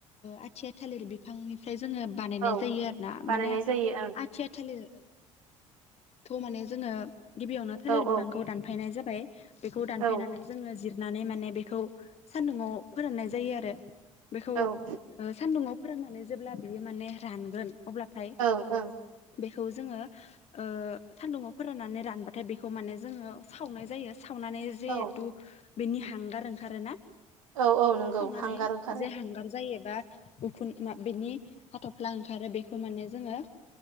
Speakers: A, on the left; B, on the right.
A: आथिया थालिर बिफांनिफ्राय जोङो बानायनाय
B: औ
A: जायो आरो ना
B: बानायनाय
A: माने
B: जायो
A: आथिया थालिर थ' माने जोङो गिबियावनो थालिर
B: ओं
A: बिफांखौ
B: औ
A: दानफायनाय जाबाय बेखौ दानफायनानै
B: औ
A: जोङो जिरनानै माने बेखौ सान्दुङाव फोराननाय जायो आरो बेखौ
B: औ
A: ओ सान्दुुंआव फोरोंनानै जेब्ला बियो माने रानगोन अब्लाथाय
B: औ औ ओं
A: बेखौ जोङो ओ सान्दुङाव फोराननानै रानबाथाय बेखौ माने जोङो सावनाय जायो सावनानै जिहेथु
B: औ
A: बेनि हांगार ओंखारोना?
B: औ औ नंगौ
A: सावनानै
B: हांगार ओंखारो
A: जे हांगार जायोबा उखुन मा बेनि हाथ'फ्ला ओंखारो बेखौ माने जोङो